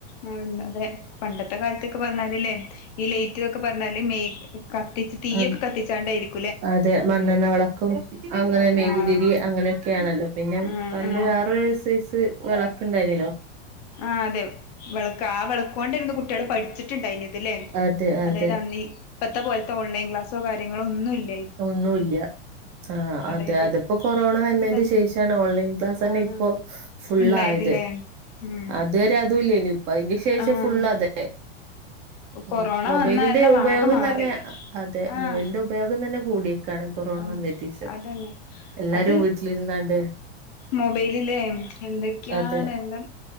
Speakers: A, on the left; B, on the right.
A: ആഹ് അതെ പണ്ടത്തെ കാലത്തെയൊക്കെ പറഞ്ഞാലില്ലേ ഈ ലേറ്റ് ഇതൊക്കെ പറഞ്ഞാല് മെയ് കത്ത് കത്തിച്ച് തീയക്കെ
B: അത്
A: കത്തിച്ചാണ്ടായിരിക്കും
B: അതെ മണ്ണെണ്ണ വിളക്കും അങ്ങനെ മെയ്കുതിരി
A: ആഹ്
B: അങ്ങനെയൊക്കെയാണല്ലോ പിന്നെ
A: ആഹ്
B: പണ്ട്
A: ആഹ്
B: വേറെരു സെയ്‌സ് വിളക്ക് ഇണ്ടായിനല്ലോ
A: ആ അതെ വിളക്ക് ആ വെളക്കോ ണ്ടിരുന്നു കുട്ടികൾ പഠിച്ചിട്ടണ്ടായിന്നത് തല്ലേ
B: അതെ
A: അതായത്
B: അതെ
A: അന്നീ ഇപ്പത്തെ പോലത്തെ ഓൺലൈൻ ക്ലാസ്സോ കാര്യങ്ങളോ ഒന്നും ഇല്ല
B: ഒന്നല്ല ആ
A: അതായത്
B: അതെ അതിപ്പോൊ കൊറോണ വന്നതിന്റെ
A: ഫുള്ള്
B: ശേഷമാണ് ഓൺലൈൻ ക്ലാസ് തന്നെ
A: ആഹ്
B: ഇപ്പൊ ഫുുള്ള
A: ഉണ്ടായതില്ലേ
B: ആയത്
A: ഉം
B: അത്വരെതല്ലനി ഇപ്പ അതിന് ശേഷം
A: ആഹ്
B: ഫുുള്ള അതെ ഉ
A: കൊറോണ
B: മൊബൈലിന്റെ
A: വന്ന കാരണം
B: ഉപയോഗം
A: ആകെ മാറി
B: തന്നെ അതെ
A: ആഹ്
B: മൊബൈലിന്റെ ഉപയോഗം തന്നെ കൂടിയേക്കാണ് കൊറോണ
A: ഉം
B: വന്നതിന്റേഷം
A: അതന്നെ
B: എല്ലാരും
A: അത്
B: വീട്ടിലിരുന്നാണ്ട്
A: മൊബൈലിലേ എന്തൊക്കെയാണ്
B: അതെ
A: എന്താ